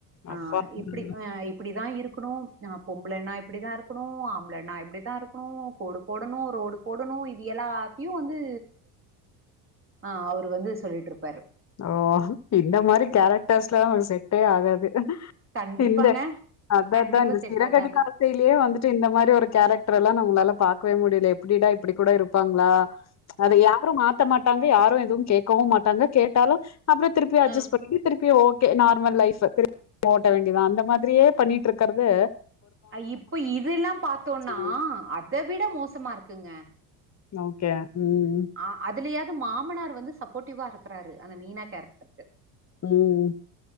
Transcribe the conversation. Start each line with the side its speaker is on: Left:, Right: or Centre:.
Right: ஆஹ்
Left: அப்பா!
Right: இப்படி
Left: ம்.
Right: ஆஹ் இப்படிதான் இருக்கணும் ஹ் பொம்புலண்ணா இப்படிதான் இருக்கணும் ஆம்பளண்ண இப்படிதான் இருக்கணும் கோடு போடணும் ரோடு போடணும் இது எல்லாத்தையும் வந்து ஆஹ் அவர் வந்து சொல்லிட்டு இருப்பாரு
Left: ஓ இந்த மாதிரி கேரக்டர்ஸ்லாம் செட்டே ஆகாது
Right: கண்டிப்பாங்க
Left: இந்த அதான்
Right: கண்டிப்பா
Left: தான் இந்த
Right: செட்
Left: சிறகடிக்கஆசையிலயே
Right: ஆகாது
Left: வந்துட்டு இந்த மாதிரி ஒரு கேரக்டர் எல்லாம் நம்மளால பா பாக்கவே முடியல எப்படிடா இப்படி கூட இருப்பாங்களா அத யாரும் மாத்த மாட்டாங்க யாரும் எதுவும் கேட்கவும் மாட்டாங்க கேட்டாலும் அப்புற திருப்ப அட்ஜஸ்ட்
Right: அ
Left: பண்ணி திருப்பியும் ஓகே நார்மல் லைஃப் திருப்பி ஓட வேண்டியதான் அந்த மாதிரியே பண்ணிட்டு இருக்கிறது
Right: இப்ப இதெல்லாம் பார்த்தோம்னா
Left: சொல்லி
Right: அத விட மோசமா இருக்குங்க
Left: ஓகே ம்
Right: ஆஹ் அதுலயா மாமனார் வந்து சப்போர்ட்டிவா இருக்கிறாரு அந்த மீனா கேரக்டருக்கு
Left: உம்